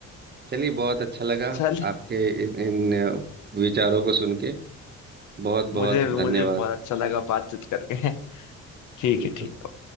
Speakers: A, on the right (about 35°); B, on the left (about 75°).
A: चलिए बहुत अच्छा लगा
B: चल
A: आपके इन, इन विचारों को सुन के बहुत
B: मुझे
A: बहुत
B: मुझे
A: धन्यवाद
B: बहुत अच्छा लगा बातचीत करके <laughs> ठीक
A: बिल्कुल
B: है ठीक है